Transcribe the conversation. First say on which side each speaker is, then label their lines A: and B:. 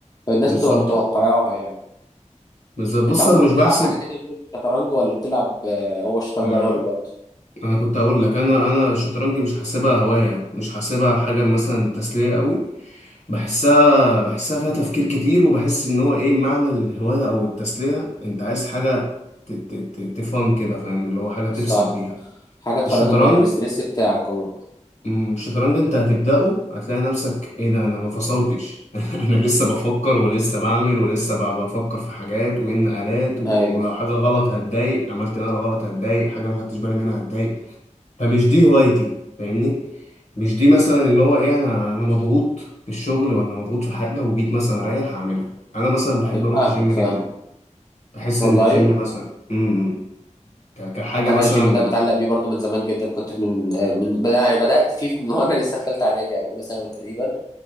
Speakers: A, on the left; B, on the left.
A: فالناس
B: بالظبط
A: بتبقى متوقعاها يعني
B: بالظبط بص
A: انت عموما
B: انا مش
A: بتلعب
B: بحسب
A: حاجه تانية غير الشطرنج ولا بتلعب آه، هو الشطرنج
B: ما
A: اغلب الوقت
B: انا كنت هقول لك انا انا الشطرنج مش حاسبها هواية مش حاسبها حاجة مثلا تسلية قوي بحسها بحسها فيها تفكير كتير وبحس ان هو ايه معنى الهواية او التسلية انت عايز حاجة ت- ت- ت- تفهم كده فاهم اللي هو حاجة تفصل
A: صح
B: بيها
A: حاجه تخرجك
B: الشطرنج
A: بره الاستريس بتاعك عموما
B: أمم، الشطرنج انت هتبدأه هتلاقي نفسك ايه ده انا ما فصلتش <laughs> انا لسه بفكر ولسه بعمل ولسه ب- بفكر في حاجات وان آلات ولو
A: ايوه
B: حاجة غلط هتضايق عملت نقلة غلط هتضايق حاجة ما خدتش بالي منها هتضايق فمش دي هوايتي فاهمني مش دي مثلا اللي هو ايه انا انا مضغوط في الشغل ولا مضغوط في حاجة وجيت مثلا اريح هعملها انا مثلا بحب
A: ايوه
B: اروح
A: فاهمك
B: الجيم جدا
A: فاهمك
B: بحس
A: والله
B: ان الجيم مثلا امم ك- كحاجة
A: انا
B: مثلا
A: الجيم ده متعلق بيه برضو من زمان جدا كنت من آه، من بدأ يعني بدات فيه من وانا لسه في ثالثه اعدادي او اولى ثانوي تقريبا